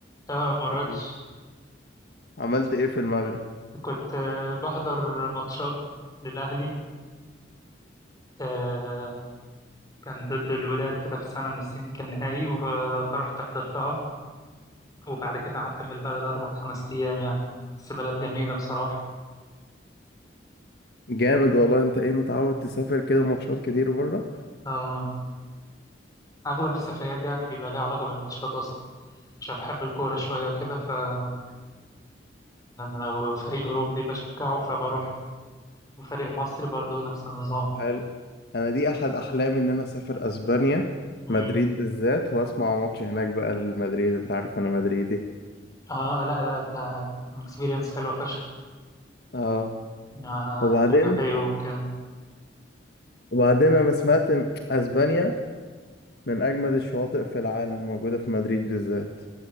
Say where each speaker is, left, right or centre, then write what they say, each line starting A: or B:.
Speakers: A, on the left (about 20°); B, on the left (about 55°).
A: آه مراكش
B: طب عملت ايه في المغرب
A: كنت آه، بحضر ماتشات للأهلي آه كان ضد الوداد كده في سنة من السنين كان نهائي وف- فرحت حضرتها وبعد كده قعدت في البلد أربع خمس أيام يعني بس بلد جميلة بصراحة
B: جامد والله انت ايه متعود تسافر كده ماتشات كتير بره
A: آه أغلب السفريات دي يعني بيبقى ليها علاقة بالماتشات أصلا عشان بحب الكورة شوية وكده فمثلا لو فريق أوروبي بشجعه فبروح وفريق مصري برضو نفس النظام
B: حلو انا دي احد احلامي ان انا اسافر اسبانيا
A: مم.
B: مدريد بالذات واسمع ماتش هناك بقى لمدريد انت عارف انا مدريدي
A: اه لا لا ده اكسبيرينس حلوة فشخ
B: اه
A: آه
B: وبعدين
A: البرنابيو وكده
B: وبعدين انا سمعت ان اسبانيا من اجمد الشواطئ في العالم موجودة في مدريد بالذات